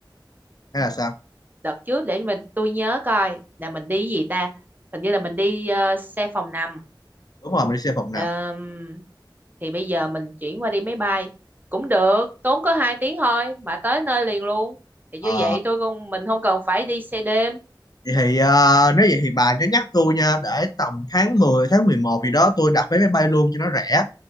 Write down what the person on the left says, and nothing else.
hay là sao
đúng rồi mình đi xe phòng
nằm
Ờ.
Vậy thì ờ, nếu vậy thì bà nhớ nhắc tôi nha để tầm tháng 10 tháng 11 gì đó tôi đặt vé máy bay luôn cho nó rẻ